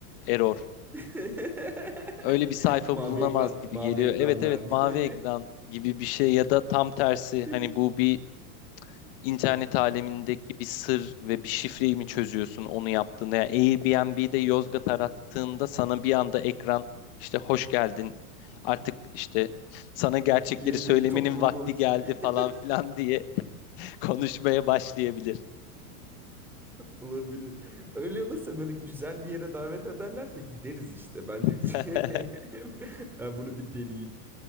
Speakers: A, on the left (about 40°); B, in the centre.
A: error.
B: <laughs>
A: Öyle bir sayfa
B: Mavi
A: bulunamaz
B: ekran,
A: gibi
B: mavi
A: geliyor.
B: ekran
A: Evet evet
B: verdi.
A: mavi ekran gibi bir şey ya da tam tersi.
B: <laughs>
A: Hani bu bir internet alemindeki bir sır ve bir şifreyi mi çözüyorsun onu yaptığında? Yani Airbnb'de Yozgat arattığında sana bir anda ekran işte hoş geldin artık işte sana gerçekleri
B: Yeni
A: söylemenin
B: topluluğumuzun.
A: vakti geldi
B: <laughs>
A: falan filan diye <laughs> konuşmaya başlayabilir.
B: Olabilir. Öyle olursa böyle güzel bir yere davet ederlerse gideriz işte. Bence
A: <laughs>
B: güzel. <laughs> Ben bunu bir deneyeyim.